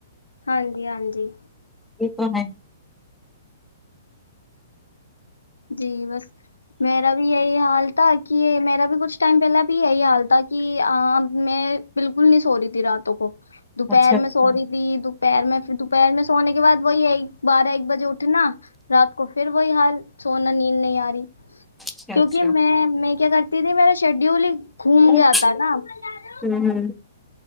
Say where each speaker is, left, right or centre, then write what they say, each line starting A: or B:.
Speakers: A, on the left (about 85°); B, in the centre.
A: ہاں جی ہاں جی
B: یہ تو ہے
A: جی بس میرا بھی یہی حال تھا کہ میرا بھی کچھ ٹائم پہلے بھی یہی حال تھا کہ میں بالکل نہیں سو رہی تھی راتوں کو دوپہر
B: اچھا اچھا
A: میں سو رہی تھی دوپہر میں دوپہر میں سونے کے کے بعد وہی ایک بارہ ایک بجے اٹھنا رات کو پھر وہی حال سونا نین یاری <unintelligible>
B: اچھا
A: کیونکہ
B: اچھا
A: میں میں <unintelligible> کیا کرتی تھی میرا شیڈیول ہی <unintelligible> گھوم
B: ہمم
A: گیا تھا نا <unintelligible>
B: ہمم